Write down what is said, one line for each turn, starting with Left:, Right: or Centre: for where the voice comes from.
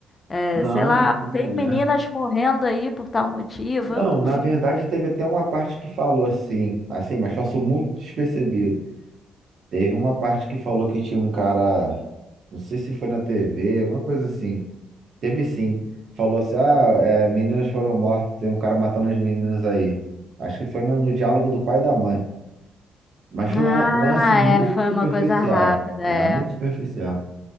Left: É,
Right: Não,
Left: sei lá, tem
Right: é, né?
Left: meninas morrendo aí por tal motivo.
Right: Não,
Left: Eu não
Right: na
Left: vi.
Right: verdade teve até uma parte que falou assim, assim, mas passou muito despercebido. Teve uma parte que falou que tinha um cara, não sei se foi na TV, alguma coisa assim, Teve sim. Falou assim: ah, é, meninas foram mortas, tem um cara matando as meninas aí. Acho que foi no, no diálogo do pai e da mãe. Mas
Left: Ah,
Right: foi um um lance muito
Left: é, foi
Right: superficial.
Left: uma coisa rápida,
Right: É,
Left: é.
Right: muito superficial.